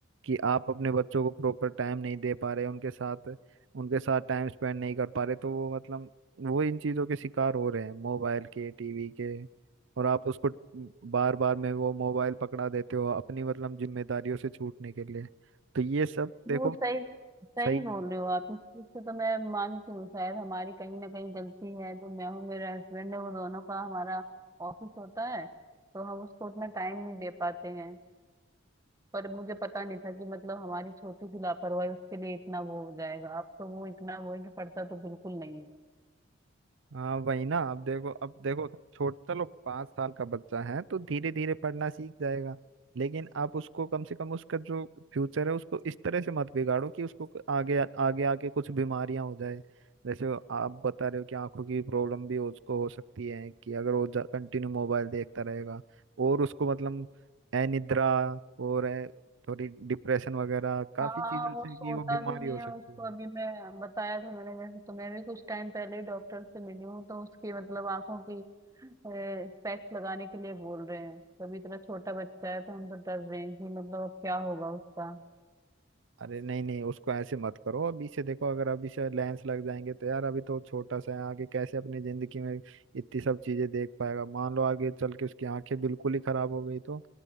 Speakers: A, on the right; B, on the right.
A: कि आप अपने बच्चों को प्रॉपर टाइम नहीं दे पा रहे उनके साथ उनके साथ टाइम स्पेंड नहीं कर पा रहे तो वो मतलब वो इन चीजों के शिकार हो रहे हैं मोबाइल के टीवी के और आप उसको बार बार में वो मोबाइल पकड़ा देते हो अपनी मतलब जिम्मेदारियों से छूटने के लिए तो ये सब
B: वो
A: देखो
B: सही सही
A: सही
B: बोल
A: नहीं
B: रहे हो आप इस चीज से तो मैं मानती हूँ शायद हमारी कहीं ना कहीं गलती है जो मैं हूँ मेरा हस्बैंड है वो दोनों का हमारा ऑफिस होता है तो हम उसको उतना टाइम नहीं दे पाते हैं पर मुझे पता नहीं था कि मतलब हमारी छोटी सी लापरवाही उसके लिए इतना वो हो जाएगा अब तो वो इतना वो है कि पड़ता तो बिल्कुल नहीं
A: हाँ वही ना अब देखो अब देखो छोट चलो पाँच साल का बच्चा है तो धीरे धीरे पढ़ना सीख जाएगा लेकिन आप उसको कम से कम उसका जो फ्यूचर है उसको इस तरह से मत बिगाड़ो कि उसको को- आगे आगे आके कुछ बीमारियां हो जाए जैसे आप बता रहे हो कि आंखों की प्रॉब्लम भी उसको हो सकती है कि अगर वो कंटिन्यू मोबाइल देखता रहेगा और उसको मतलब अनिद्रा और ए, थोड़ी डिप्रेशन वगैरह काफी
B: हाँ
A: चीजों
B: वो
A: से
B: सोता
A: कि वो बीमारी
B: भी नहीं
A: हो
B: है
A: सकती
B: उसको
A: है
B: अभी मैं बताया था मैंने जैसे तुम्हें भी कुछ टाइम पहले ही डॉक्टर से मिली हूँ तो उसकी मतलब आंखों की पैक्स लगाने के लिए बोल रहे हैं तो अभी इतना छोटा बच्चा है तो हम तो डर रहे हैं कि मतलब अब क्या होगा उसका
A: अरे नहीं नहीं उसको ऐसे मत करो अभी से देखो अगर अभी से लेंस लग जाएंगे तो यार अभी तो छोटा सा है आगे कैसे अपनी जिंदगी में इतनी सब चीजें देख पाएगा मान लो आगे चल के उसकी आंखें बिल्कुल ही खराब हो गई तो